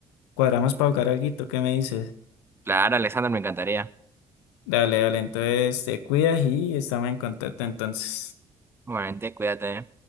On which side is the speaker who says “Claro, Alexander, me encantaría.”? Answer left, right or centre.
Right